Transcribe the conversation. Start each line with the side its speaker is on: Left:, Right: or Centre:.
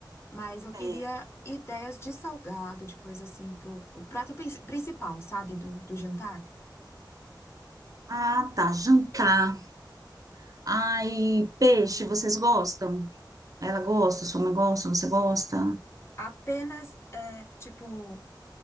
Left: Mas eu queria
Right: certo.
Left: ideias de salgado, de coisa assim, pro, pro prato prin- principal, sabe? Do, do jantar.
Right: Ah, tá, jantar. Ai, peixe, vocês gostam? Ela gosta, sua mãe gosta, você gosta?
Left: Apenas, é, tipo.